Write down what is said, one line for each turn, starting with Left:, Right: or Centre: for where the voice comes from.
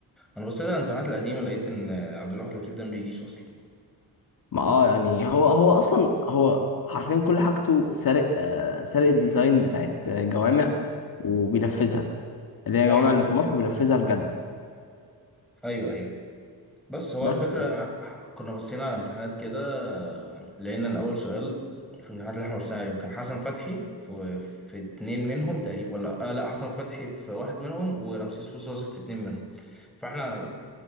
Centre: انا بصيت على الامتحانات القديمه لقيت ان عبد الواحد لطيف ده ما بيجيش اصلا
Left: ما اه يعني هو هو اصلا هو حرفيا كل حاجته سارق آه، سارق الديزاين بتاعت آه، جوامع وبينفذها اللي هي
Centre: ايوه
Left: الجوامع اللي في مصر بينفذها بجد
Centre: ايوه ايوه بس هو
Left: بس
Centre: الفكره
Left: كده
Centre: كنا بصينا على امتحانات كده لقينا ان اول سؤال في الامتحانات اللي احنا بصينا عليهم كان حسن فتحي في في اتنين منهم تقريبا ولا آه لا حسن فتحي في واحد منهم ورمسيس وصوصي في اتنين منهم فاحنا